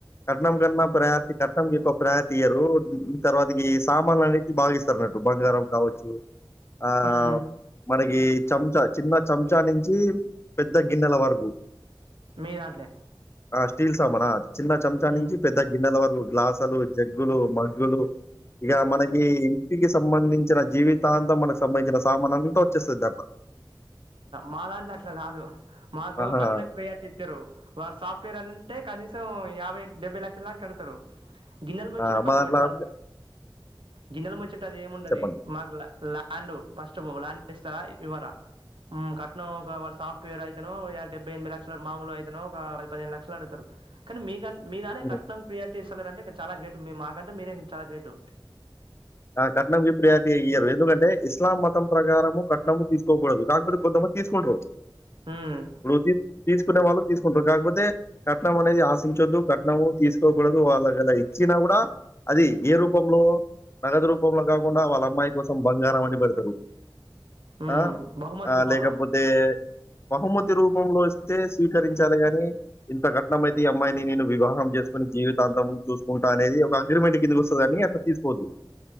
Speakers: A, on the left (about 30°); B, on the right (about 90°).
A: కట్నం అట్లనే మా దాంట్లో కూడా అడుగుతారు ఓకే అన్నప్పుడు బంగారం కావచ్చు ఆ
B: హ్మ్.
A: మనకి చంచ నుంచి చిన్న చంచా నుంచి పెద్ద గిన్నెల వరకు
B: మీ దాంట్లే.
A: ఆ స్టీల్ సామానా చిన్న చెంచా
B: హ్మ్.
A: నుంచి పెద్ద గిన్నెల వరకు గ్లాసులు జగ్గులు మగ్గులు ఇక మన ఇంటికి సంబంధించిన జీవితాంతం మనకు సంబంధించిన సామానంతా వచ్చేస్తది దాంట్లో.
B: మా దాంట్లో అట్లా కాదు మాకు
A: ఆహా!
B: కట్నం ప్రియారిటీ ఇచ్చారు వారు సాఫ్ట్వేర్ అంటే కనీస యాభై డెబ్బై లక్ష దాకా కడతారు గిన్నెల నుంచి
A: ఆ!
B: పక్కకు
A: మా దాంట్లో
B: పెట్టు వాడికి
A: ఆహ్,
B: గిన్నెలు ముచ్చట అది ఏముండది
A: చెప్పండి.
B: మాకు ఆండు ఫస్ట్ అస్తా ఇవరా కట్నం ఒక వాళ్ళ సాఫ్ట్వేర్ ల్యాండ్ ల్యాండ్ ఇస్తారా ఇవ్వరా కట్నం వాడు సాఫ్ట్వేర్ అయితేనేమో డెబ్బై ఎనభై లక్షల మామూలు అయిత ఒక పది పదిహేను లక్షలు ఆడతారు కానీ మీక నీ దాంట్లో
A: హ్మ్.
B: కట్నం ప్రియాటీ మీరు చేస్తున్నారంటే ఇంకా చాలా గ్రేట్ మాకంటే మీరే చాలా గ్రేటు
A: ఆ కట్నంకి ప్రియాతి ఇయ్యరు ఎందుకంటే ఇస్లాం మతం చట్టం ప్రకారము కట్నము తీసుకోకూడదు కాకపోతే కొంతమంది తీసుకుంటారు
B: మ్,
A: ఇప్పుడు తీసుకునే వాళ్ళు తీసుకుంటారు కాకపోతే కట్నం అనేది ఆశించొద్దు కట్నము తీసుకోవద్దు తీసుకోకూడదు ఒకవేళ వాళ్ళ ఇచ్చినా కూడా అది ఏ రూపంలో బహుమతి రూపంలో కాకుండా వాళ్ళ అమ్మాయి కోసం బంగారం అని పెడతారు
B: మ్,
A: ఆ
B: బహుమతి
A: ఆ
B: రూపంలో
A: లేకపోతే బహుమతి రూపంలో ఇస్తే స్వీకరించాలిగాని ఇంతఘట్నం అయితే ఈ అమ్మాయిని నేను వివాహం బహుమతి రూపంలో ఇస్తే స్వీకరించాలి గాని ఇంత కట్నం అయితే ఈ అమ్మాయిని వివాహం చేసుకుంటాను జీవితాంతం చూసుకుంటా అనేది ఒక అగ్రిమెంట్ కిందికు వస్తుంది కాని అట్లా తీసుకోవద్దు